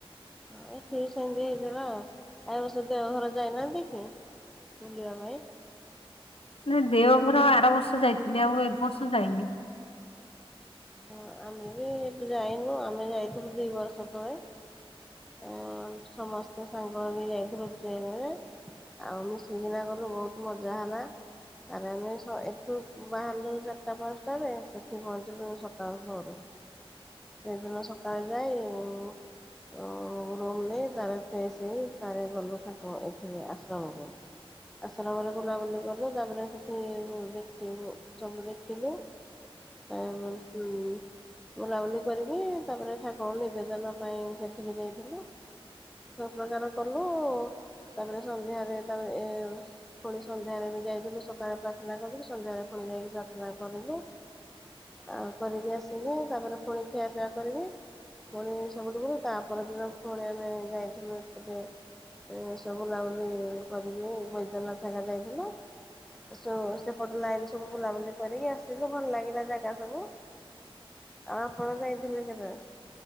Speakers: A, in the centre; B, on the left.
A: ହଁ ଏଠିବି ସେମିତି ହେଇଲା ଆଉ ଆଉ ଏବର୍ଷ ଦେଓଘର ଯାଇନାହାନ୍ତିକି ବୁଲିବା ପାଇଁ?
B: ନା ଦେଓଘର ଆରବର୍ଷ ଯାଇଥିଲି ଆଉ ଏବର୍ଷ ଯାଇନି।
A: ଓହୋ। ଆମେ ବି ଏବେ ଯାଇନୁ ଆମେ ଯାଇଥିବୁ ଦି ବର୍ଷ ତଳେ। ଆ ସମସ୍ତେ ସାଙ୍ଗ ହେଇକି ଯାଇଥିଲୁ ଟ୍ରେନରେ। ଆଉ ମିଶିକିନା ଗଲୁ ବହୁତ ମଜା ହେଲା। ଆରେ ଆମେ ସ ଏଠୁ ବାହାରିଲୁ ଚାରିଟା ପାଞ୍ଚଟାରେ ସେଠି ପହଞ୍ଚିଲୁ ସକାଳୁ ଭୋରୁ ସେଇଦିନ ସକାଳେ ଯାଇ ଉଁ ଉଁ ରୁମ୍ ନେଇେ ତାରେ ଫ୍ରେଶ ହେଇ ତାରେ ଗଲୁ ଠାକୁର ଏଠି ଆଶ୍ରମକୁ। ଆଶ୍ରମରେ ବୁଲାବୁଲି କଲୁ ତାପରେ ସେଠି ଦେଖ ଉ ସବୁ ଦେଖିଲୁ। <unintelligible> ବୁଲାବୁଲି କରିକି ତାପରେ ଠାକୁରଙ୍କୁ ନିବେଦନ ପାଇଁ ସେଠିକି ଯାଇଥିଲୁ। ସବୁ ପ୍ରକାର କଲୁ ତାପରେ ସନ୍ଧ୍ୟାରେ ତାପରେ ଏ ପୁଣି ସନ୍ଧ୍ୟାରେ ବି ଯାଇଥିଲୁ ସକାଳେ ପ୍ରାର୍ଥନା କରିଥିଲୁ ସନ୍ଧ୍ୟ୲ଳେ ପୁଣି ଯାଇକି ପ୍ରାର୍ଥନା କଲୁ। ଆଉ କରିକି ଆସିକି ତାପରେ ପୁଣି ଖିଆ ପିଆ କରିକି ପୁଣି <unintelligible> ପୁର ତାପର ଦିନ ପୁଣି ଆମେ ଯାଇଥିଲୁ ଏପଟେ ଏମିତି ସବୁ ବୁଲାବୁଲି କରିକି ବୈଦ୍ୟନାଥ ହେରିକା ଯାଇଥିଲୁ। ଯୋଉ ସେପଟ ଲାଇନ ସବୁ ବୁଲାବୁଲି କରିକି ଆସିଲୁ ଭଲ ଲାଗିଲା ଜାଗା ସବୁ। ଆଉ, ଆପଣ ଯାଇଥିଲେ କେବେ?